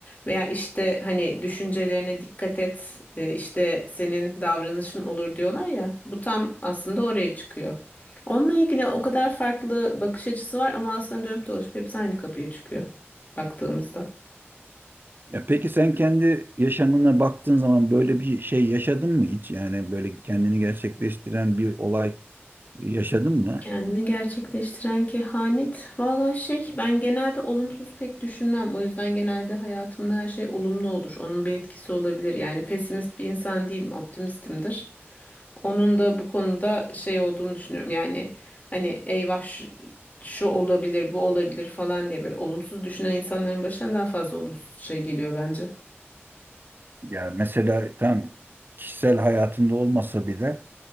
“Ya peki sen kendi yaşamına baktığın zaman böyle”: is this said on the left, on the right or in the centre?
Right